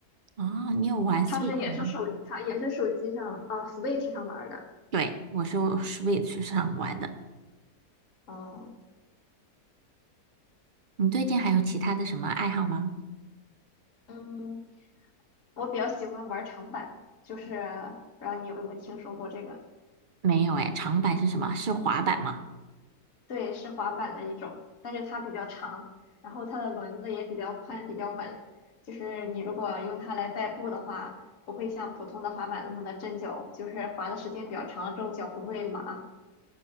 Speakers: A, on the right; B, on the left.
A: 啊，你有玩
B: 它是也是手，
A: Switch 吗？
B: 它也是手机上啊，Switch 上玩儿的。
A: 对，我是用 Switch 上玩的。
B: 哦，
A: 你最近还有其他的什么爱好吗？
B: 嗯，我比较喜欢玩儿长板，就是不知道你有没有听说过这个。
A: 没有哎，长板是什么？是滑板吗？
B: 对，是滑板的一种，但是它比较长，然后它的轮子也比较宽，比较稳。就是你如果用它来代步的话，不会像普通的滑板那么的震脚，就是滑的时间比较长了之后脚不会麻。